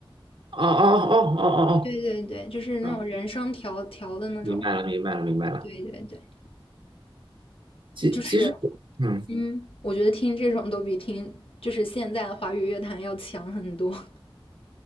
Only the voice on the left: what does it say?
对对对，就是那种人声调调的那种，
对对对，
就是
嗯，我觉得听这种都比听就是现在的华语乐坛要强很多。<laughs>